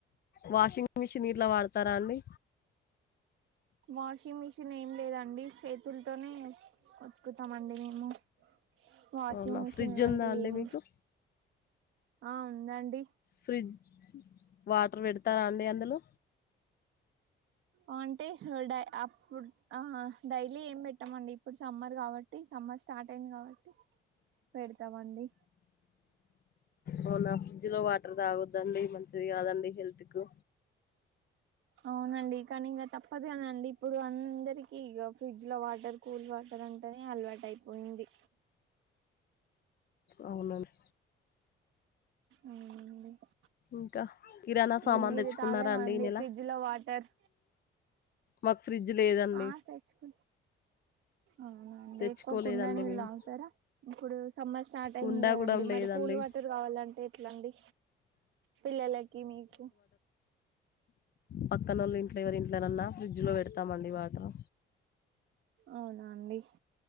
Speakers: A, on the left; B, on the right.
A: వాషింగ్ మిషిన్ గిట్లా వాడతారా అండి
B: వాషింగ్ మిషిన్ ఏం లేదండి చే తుల్తోనే ఉత్కుతామండి మేము వాషింగ్
A: అవునా
B: మిషిన్
A: ఫ్రిడ్జ్
B: లాంటివేం
A: ఉందా అండి మీకు
B: ఆ ఉందండి
A: ఫ్రిడ్జ్ వాటర్ పెడతారా అండి అందులో
B: అంటే <unintelligible> డై అప్పుడ్ ఆ డైలీ ఏం పెట్టమండి ఇప్పుడు సమ్మర్ కాబట్టి సమ్ మ్మర్ స్టార్ట్ అయింది కాబట్టి పెడతమండి
A: అవునా ఫ్రిడ్జ్ లో వాటర్ తాగొద్దండి మంచిది కాదండి హెల్త్ కు
B: అవునండి కానీ ఇంగ తప్పదు కదండి ఇప్పుడు అందరికి ఇగ ఫ్రిడ్జ్ ల్లో వాటర్ కూల్ వాటర్ అంటేనే అలవాటైపోయింది
A: అవునండ్
B: అవునండి
A: ఇంక కిరాణం సామాన్
B: ఈ మీరు
A: దెచ్చుకున్నారా
B: తాగరా
A: అండి ఈ నెల
B: ఫ్రిడ్జ్ లో వాటర్
A: మాకు ఫ్రిడ్జ్ లేదండి
B: ఆ తేచ్చుక్ అవునా అండీ
A: తెచ్చుకోలేదండి
B: ఎక్కువ కుండ నీల్
A: మేము
B: తాగుతరా ఇపుడు జుస్ సమ్మర్ స్టార్ట్
A: కుండా
B: అయింది కదండి
A: కూడా లేదండి
B: మరి కూల్ వాటర్ కావాలంటే ఎట్లండి పిల్లలక్ కి మీకు
A: పక్కనోళ్ళ ఇంట్ల ఎవరి ఇంట్లనన్నా ఫ్రిడ్జ్లో పెడతామండి వాటర్
B: అవునా అండి